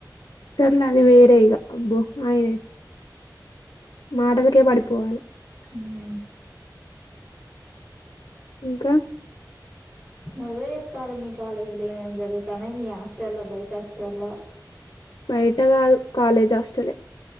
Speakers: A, on the left (about 75°); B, on the right (about 20°).
A: సర్లే అది వేరే ఇగ అబ్బో ఆయనె మాటలకే పడిపోవాలి
B: మ్
A: ఇంకా
B: నువ్వే చెప్పాలి మీ కాలేజ్ లో ఏమేం జరుగుతానయ్ మీ హాస్టల్ బయట హాస్టల్
A: బయట కాదు కాలేజ్ హాస్టలే